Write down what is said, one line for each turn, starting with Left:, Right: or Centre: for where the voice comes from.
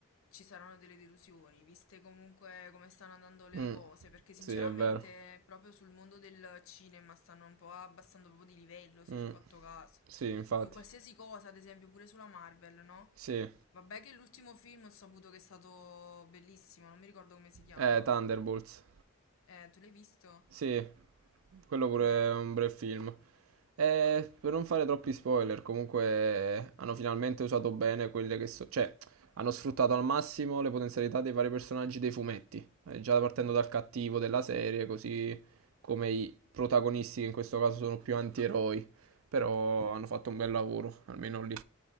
Left: ci saranno delle delusioni, viste comunque come stanno andando le
Right: Mm,
Left: cose, perché sinceramente
Right: sì, è vero.
Left: proprio sul mondo del cinema stanno un po' abbassando proprio di livello, se
Right: Mm,
Left: ci hai fatto caso.
Right: sì, infatti.
Left: Su qualsiasi cosa, ad esempio, pure sulla Marvel, no?
Right: Sì,
Left: Vabbè che l'ultimo film ho saputo che è stato bellissimo, non mi ricordo come si chiama.
Right: eh, Thunderbolts.
Left: Eh, tu l'hai visto?
Right: Sì, quello pure
Left: Com'era?
Right: è un bel film. Eh, per non fare troppi spoiler, comunque eh, hanno finalmente usato bene quelle che so... Cioè, hanno sfruttato al massimo le potenzialità dei vari personaggi dei fumetti. Eh, già partendo dal cattivo della serie, così come i protagonisti, che in questo caso sono più antieroi. Però hanno fatto un bel lavoro, almeno lì.